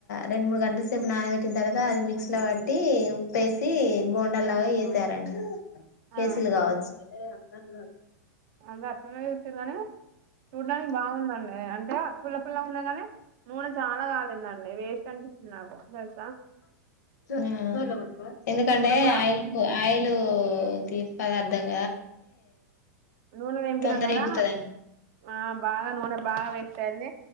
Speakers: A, on the left (about 75°); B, on the right (about 45°).
A: రెండు మూడు గంటల సేపు నానబెట్టిన తర్వాత అది మిక్స్ లో పట్టి ఉప్పేసి బోండాల్లాగా వేసారండి
B: ఆ
A: కేసీలు కావచ్చు నాకు రాదు
B: అంధర్ తిన్న కానీ చూడ్డానికి బాగుందండి అంటే పుల్ల పుల్ల ఉన్న కానీ నూనె చాలా కాలేందండి వేస్ట్ అనిపించింది నాకు తెలుసా
A: హ్మ్మ్ ఎందుకంటే
B: నూనె కూడా
A: ఆయిల్ ఆయిల్ హ్మ్మ్ తీపి పదార్థాలు
B: నూనె నింపినాం
A: తొందర
B: కదా
A: ఎగ్గుతదండి
B: ఆ బాగా నూనె బాగా వేస్ అయింది